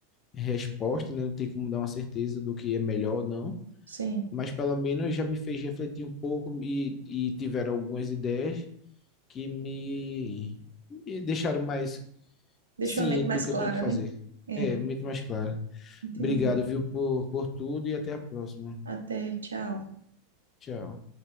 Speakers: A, on the left; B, on the right.
A: resposta, né? Não tem como dar uma certeza do que é melhor ou não,
B: Sim.
A: mas pelo menos já me fez refletir um pouco e, e tiveram algumas ideias que me, me deixaram mais
B: Deixou
A: ciente
B: a mente mais
A: do que
B: clara,
A: eu tenho que fazer.
B: né? É,
A: É, muito mais claro.
B: entendi.
A: Obrigado, viu, por, por tudo e até a próxima.
B: Até, tchau.
A: Tchau.